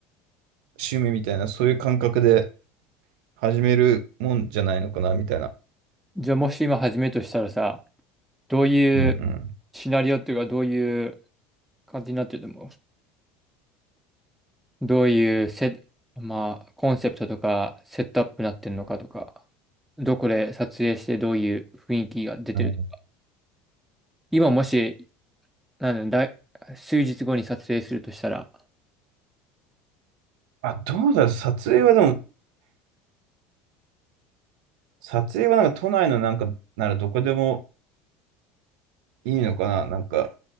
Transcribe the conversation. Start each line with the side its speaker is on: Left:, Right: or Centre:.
Right: 趣味みたいな、そういう感覚で始めるもんじゃないのかな、みたいな。
Centre: じゃあもし今始めるとしたらさ、どういう
Right: うんうん。
Centre: シナリオっていうか、どういう感じになってると思うどういうセ、まあ、コンセプトとか、セットアップになってるのかとか、どこで撮影してどういう雰囲気が出てる
Right: あの
Centre: 今もし、なんだ、だい数日後に撮影するとしたら、
Right: あ、どうだろう、撮影はでも、撮影はなんか都内のなんか、ならどこでもいいのかな、なんか、